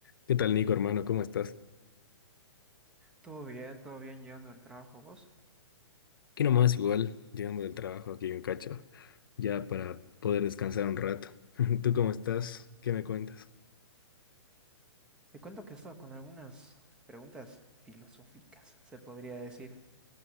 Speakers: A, on the left; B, in the centre.
A: ¿Qué tal, Nico, hermano? ¿Cómo estás?
B: Todo bien, todo bien llegando al trabajo, vos.
A: Aquí nomás, igual, llegando del trabajo aquí en Cacho, ya para poder descansar un rato. <laughs> ¿Tú cómo estás? ¿Qué me cuentas?
B: Te cuento que estaba con algunas preguntas filosóficas, se podría decir.